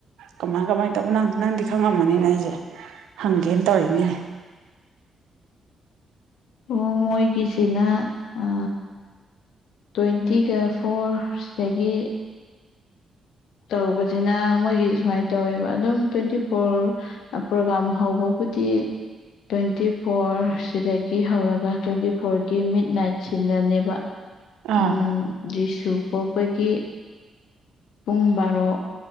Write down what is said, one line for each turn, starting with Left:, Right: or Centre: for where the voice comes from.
Right: ꯀꯃꯥꯏ ꯀꯃꯥꯏꯅ ꯇꯧꯕ ꯅꯪꯁꯨ ꯅꯪꯗꯤ ꯈꯪꯉꯝꯃꯅꯤꯅ ꯑꯩꯁꯦ ꯍꯪꯒꯦꯅ ꯇꯧꯔꯤꯛꯅꯤꯅꯦ
Left: ꯑꯣ ꯃꯣꯏꯒꯤꯁꯤꯅ ꯑ ꯇ꯭ꯋꯦꯟꯇꯤꯒ ꯐꯣꯔ ꯁꯤꯗꯒꯤ ꯇꯧꯕꯁꯤꯅ ꯃꯣꯏꯒꯤ ꯁꯨꯃꯥꯏꯅ ꯇꯧꯋꯦꯕ ꯑꯗꯨꯝ ꯇ꯭ꯋꯦꯟꯇꯤ ꯐꯣꯔ ꯄ꯭ꯔꯣꯒꯥꯝ ꯍꯧꯕꯕꯨꯗꯤ ꯇ꯭ꯋꯦꯟꯇꯤ ꯐꯣꯔ ꯁꯤꯗ ꯍꯧꯔꯒ ꯇ꯭ꯋꯦꯟꯇꯤ ꯐꯣꯔꯒꯤ ꯃꯤꯗ ꯅꯥꯏꯠꯁꯤꯗꯅꯦꯕ
Right: ꯑꯥ
Left: ꯎꯝ ꯔꯤꯁꯨ ꯄꯣꯛꯄꯒꯤ ꯄꯨꯡ ꯕꯥꯔꯣ